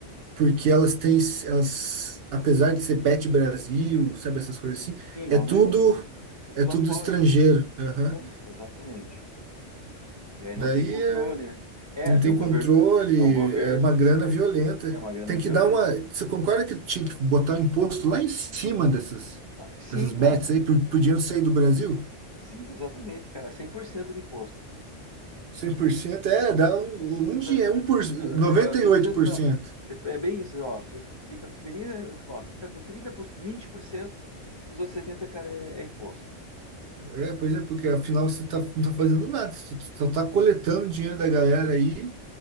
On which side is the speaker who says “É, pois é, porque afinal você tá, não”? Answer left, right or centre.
Right